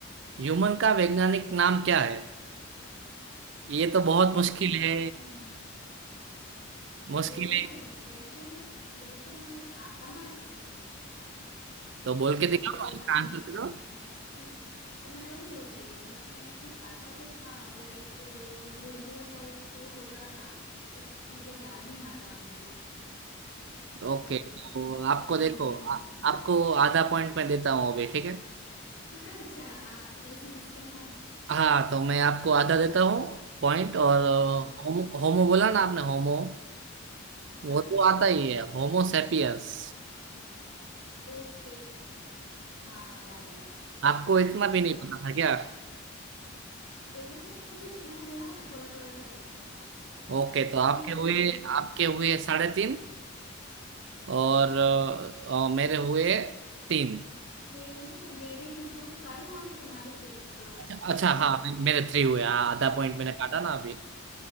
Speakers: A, on the right (about 60°); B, on the left (about 65°).
A: ह्यूमन का वैज्ञानिक नाम क्या है ये तो बहुत मुश्किल
B: अच्छा
A: है
B: हम्म,
A: मुश्किल
B: ओ,
A: है
B: नहीं वैसे वैसे हमें आता था स्कूल में
A: तो बोल के
B: पर
A: दिखाओ
B: याद
A: इसका आंसर
B: नहीं है
A: करो
B: अभी हम्म, मैं वही सोच रही थी कि कुछ आता तो था लाइक होमो टाइप होता था पर पूरा याद नहीं आ रहा मुझे
A: ओके
B: अम्म,
A: तो आपको
B: नहीं
A: देखो
B: नहीं
A: आ,
B: याद आ
A: आपको आधा पॉइंट मैं देता हूँ अभी ठीक है
B: रहा। <laughs> अच्छा आ, ऐसे सिस्टम है
A: हाँ तो मैं आपको आधा देता हूँ पॉइंट और अ,
B: ओ,
A: होमो होमो बोला ना आपने होमो
B: हाँ
A: वो तो आता ही है होमो सेपियंस
B: ओके हाँ याद आया
A: आपको इतना भी
B: राइट
A: नहीं पता था क्या
B: तो नहीं मुझे मैंने बोला ना थोड़ा थोड़ा सा याद था
A: ओके तो आपके
B: ठीक है
A: हुए
B: कोई नहीं
A: आपके हुए साढ़े तीन और अ, अ, मेरे हुए तीन
B: मैं नहीं मेरे टू पॉइंट फाइव और तुम्हारे थ्री
A: अच्छा
B: थ्री
A: हाँ मे- मेरे थ्री हुए हाँ आधा पॉइंट मैंने
B: हाँ
A: काटा ना अभी